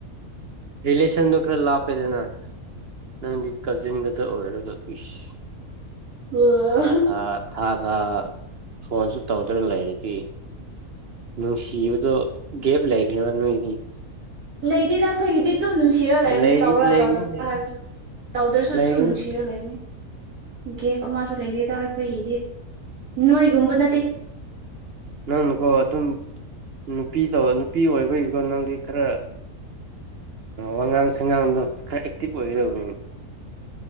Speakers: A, on the right; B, on the right.
A: ꯔꯤꯂꯦꯁꯟꯗꯣ ꯈꯔ ꯂꯥꯞꯄꯦꯗꯅ ꯅꯪꯗꯤ ꯀꯖꯤꯟꯒꯗ ꯑꯣꯏꯔꯒ ꯏꯁ꯫
B: ꯑꯣ
A: ꯊꯥ ꯊꯥ ꯊꯥ꯫ ꯑ ꯐꯣꯟꯁꯨ ꯇꯧꯗꯨꯅ ꯂꯩꯔꯤꯅꯤ꯫ <inaudible> ꯅꯨꯡꯁꯤꯕꯗꯣ ꯒꯦꯞ꯫ ꯂꯩꯒ꯭ꯔꯦꯕ ꯅꯣꯏꯗꯤ꯫
B: ꯂꯩꯗꯦꯗ ꯑꯈꯣꯏꯒꯤꯗꯤ꯫ ꯇꯨꯝ ꯅꯨꯡꯁꯤꯔ ꯂꯩꯕꯅꯦ
A: ꯂꯩ
B: ꯇꯧꯔ
A: ꯂꯩꯒꯅꯤ
B: ꯇꯧꯗꯕ ꯍꯥꯏꯕꯁꯨ ꯇꯧꯗ꯭ꯔꯁꯨ
A: ꯂꯩꯒꯅꯤ
B: ꯑꯗꯨꯨꯝ ꯅꯨꯡꯁꯤꯔ ꯂꯩꯕꯅꯤ ꯒꯦꯞ ꯑꯃꯁꯨ꯫ ꯂꯩꯗꯦꯗ ꯑꯩꯈꯣꯏꯒꯤꯗꯤ ꯅꯣꯏꯒꯨꯝꯕ ꯅꯠꯇꯦ꯫
A: ꯅꯪꯅꯀꯣ ꯑꯗꯨꯝ ꯅꯨꯄꯤ ꯇ ꯅꯨꯄꯤ ꯑꯣꯏꯕꯒꯤꯀꯣ ꯅꯪꯗꯤ ꯈꯔ ꯋꯥꯉꯥꯡ ꯁꯉꯥꯡꯗꯣ ꯈꯔ ꯑꯦꯛꯇꯤꯚ ꯑꯣꯏꯒꯗꯕꯅꯦ꯫